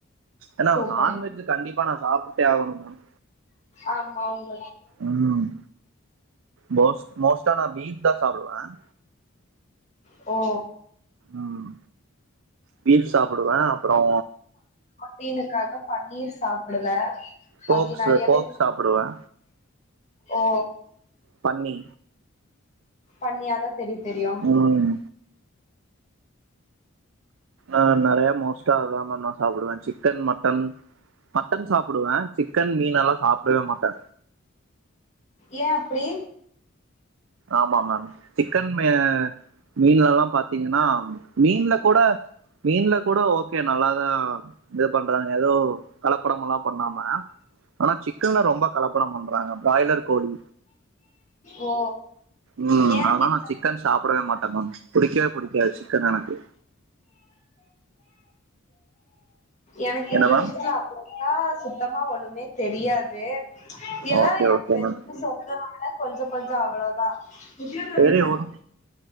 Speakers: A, on the right; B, on the left.
A: ஏனா
B: சூப்பர்
A: நான்வெஜ் கண்டிப்பா நா சாப்ட்டே ஆகணும் மேம்
B: ஆமா உங்க
A: ம் மோஸ் மோஸ்டா நா பீஃப்தா சாப்டுவேன்
B: ஓ
A: ம் பீப் சாப்புடுவே அப்பறோ
B: ரீனுக்காக பன்னீர் சாப்புடுவே
A: போக்ஸ்
B: அப்டி நெறையாவே
A: போக் சாப்டுவே
B: ஓ
A: பன்னி
B: பண்ணியாதா தெர்யு தெரியு
A: ம் ஆ நெறையா மோஸ்ட்டா அதா மேம் நா சாப்புடுவே சிக்கன் மட்டன் மக் ட்டன் சாப்புடுவே சிக்கன் மீன் எல்லா சாப்டவே மாட்டே
B: ஏ அப்படி
A: ஆமா மேம் சிக்கன் மே மீன்லலல்லா பாத்தீங்கினா மீன்ல கூட மீன்ல கூட ஓகே நல்லாதா து பண்றாங்க எதோ கலப்படமல்லா பண்ணாம ஆனா சிக்கன்ல ரொம்ப கலப்படம் பண்றாங்க ப்ராய்லர் கோழி
B: ஓ
A: ம்
B: எனக்கு
A: அதனால
B: எத்
A: நா சிக்கன் சாப்படவே மாட்டே மேம் புடிக்கே புடிக்காது சிக்கன் எனக்கு
B: எனக்கு
A: என்ன
B: இந்த
A: மேம்
B: விஷயத்துல அவ்வளோதான் சுத்தமா ஒண்ணுமே தெரியாது எல்லாம்
A: ஓகே
B: என்
A: ஓகே
B: பிரரெண்ட்
A: மேம்
B: சொல்றன கொஞ்சம் கொஞ்சம் அவ்வளவுதான் <unintelligible>
A: சரி உடு